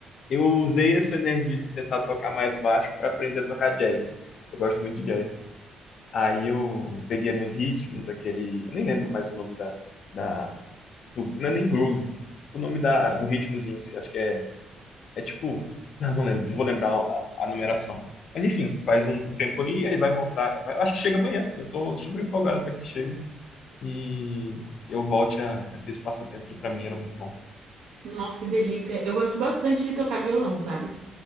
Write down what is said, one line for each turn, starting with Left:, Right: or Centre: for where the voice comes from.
Left: eu usei essa energia de tentar tocar mais baixo para aprender a tocar jazz. Eu gosto muito de jazz. Aí eu peguei ali uns ritmos, aquele. Eu nem lembro mais o nome da. da do- não é nem groove. O nome da, do ritmozinho, assim, acho que é. É tipo. Não, não lembro, não vou lembrar a, a numeração. Mas enfim, faz um tempo aí, aí vai voltar. vai- acho que chega amanhã. Eu tô super empolgado para que chegue e eu volte a, a ter esse passatempo que para mim era muito bom.
Right: Nossa, que delícia. Eu gosto bastante de tocar violão, sabe?